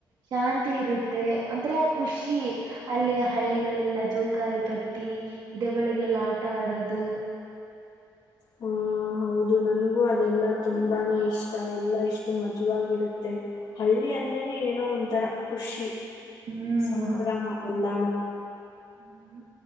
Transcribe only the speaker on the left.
ಹಾ ಹೌದು ನನ್ಗೂ ಅದೆಲ್ಲಾ ತುಂಬಾನೇ ಇಷ್ಟ ಎಲ್ಲಾ ಇಷ್ಟು ಮಜವಾಗಿರುತ್ತೆ ಹಳ್ಳಿ ಅಂದ್ರೇನೆ ಏನೋ ಒಂಥರ ಖುಷಿ.
ಸಂಭ್ರಮ ಎಲ್ಲಾನು.